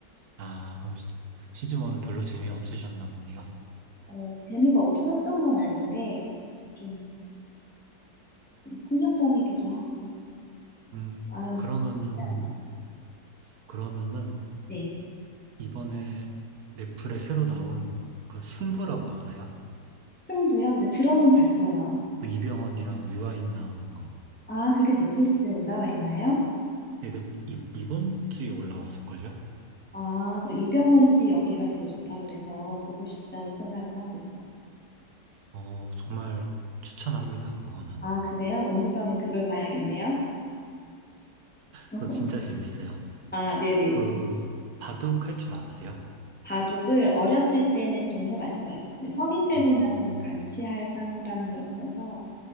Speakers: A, on the right (about 60°); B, in the centre.
A: 아, 그럼 시- 시즌 1은 별로 재미 없으셨나 보네요.
B: 어, 재미가 없었던 건 아닌데 좀 폭력적이기도 하고
A: 음,
B: 마음이
A: 그러면은,
B: 좀 쉽지 않았어요.
A: 그러면은,
B: 네,
A: 이번에 넷플에 새로 나온 그 승부라고 알아요?
B: 승도요? 근데 들어는 봤어요.
A: 그 이병헌이랑 유아인 나오는 거.
B: 아, 그게 넷플릭스에 올라와 있나요?
A: 이게 이, 이번 주에 올라왔을걸요?
B: 아, 저 이병헌 씨 연기가 되게 좋다 그래서 보고 싶다는 생각은 하고 있었어요.
A: 어, 정말 추천합니다, 그거는.
B: 아, 그래요? 오늘 밤엔 그걸 봐야겠네요. <laughs>
A: 그거 진짜 재밌어요.
B: 아, 네네.
A: 그, 바둑 할 줄 아세요?
B: 바둑을 어렸을 때는 좀 해봤어요. 근데 성인 되고
A: 아
B: 나서는 같이 할 사람이 없어서